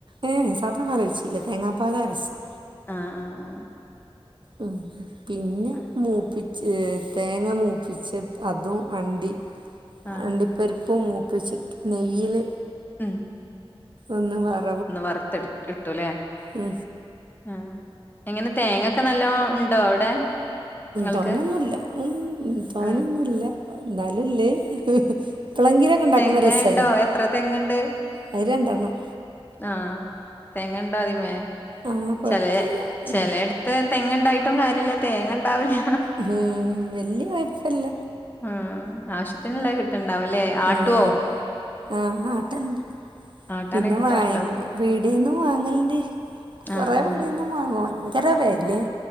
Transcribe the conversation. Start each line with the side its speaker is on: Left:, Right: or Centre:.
Right: ഏ സാദാപ്പാൽ ഒഴിച്ചില്ല തേങ്ങാപ്പാല രസം
Left: ആ ആ ആ
Right: ഉം പിന്നെ
Left: ആ
Right: മൂപ്പി ച തേങ്ങ മൂപ്പിച്ച അതും അണ്ടി
Left: ആ.
Right: അണ്ടിപ്പരിപ്പും മൂപ്പിച്ചിട്ട് നെയ്യിൽ
Left: ഉം
Right: ഒന്ന് വറ
Left: ഒന്ന് വറുത്തെടു ഇട്ടല്ലേ
Right: ഉം
Left: ഉം എങ്ങനെ തേങ്ങൊക്കെ നല്ലോ ഉണ്ടോ അവിടെ നിങ്ങൾക്ക്
Right: തോനൊന്നുല്ല ഉം തോനൊന്നുല്ല
Left: ആ
Right: എന്നാലുംല്ലേ എപ്പളെങ്കിലൊക്കെ ഇണ്ടാക്കുമ്പോ
Left: തെങ്ങ്
Right: രസല്ലേ
Left: ഉണ്ടോ എത്ര തെങ്ങ്ണ്ട്
Right: അത് രണ്ടെണ്ണം
Left: ആഹ് തേങ്ങ ഉണ്ടോ അതിമേ
Right: ആഹ് കൊഴപ്പല്ല
Left: ചില ചിലടു
Right: ഉം
Left: തെങ്ങ് ഉണ്ടായിട്ടും കാര്യമില്ല തേങ്ങ ഉണ്ടാവില്ല
Right: ഉം വല്യ കുഴപ്പല്ല
Left: ഉം ആവശ്യത്തിന്ള്ള കിട്ടണ്ടാവും അല്ലേ ആട്ടുവോ
Right: ആഹ് ആഹ് ആട്ടല്ണ്ട്
Left: ആട്ടാനൊക്കെ
Right: പിന്നെ
Left: കിട്ടാറുണ്ടോ
Right: വാങ്ങ പീടെയെന്നു വാങ്ങലുണ്ട് കൊറെേ
Left: ആഹ് ആഹ്
Right: വീടന്നും വാങ്ങ ഭയങ്കര വേലേ